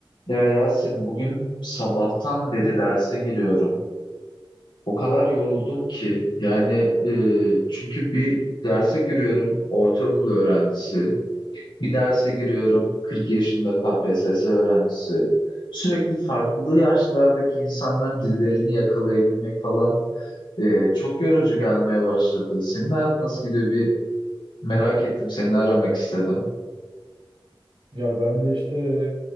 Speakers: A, on the left (about 65°); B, on the right (about 80°).
A: Ya Yasin bugün sabahtan beri derse giriyorum. O kadar yoruldum ki yani e, çünkü bir derse giriyorum ortaokul öğrencisi, bir derse giriyorum 40 yaşında KPSS öğrencisi. Sürekli farklı yaşlardaki insanların dillerini yakalayabilmek falan e, çok yorucu gelmeye başladı. Senin hayat nasıl gidiyor bir merak ettim, seni aramak istedim.
B: Ya ben de işte